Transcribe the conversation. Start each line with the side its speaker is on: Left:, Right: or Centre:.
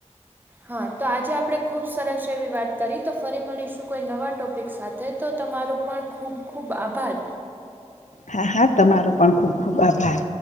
Right: હા તો આજે આપણે ખૂબ સરસ એવી વાત કરી તો ફરી મળીશું કોઈ નવા ટોપિક સાથે તો તમારું પણ ખૂબ ખૂબ આભાર.
Left: હા હા તમારો પણ ખૂબ ખૂબ આભાર.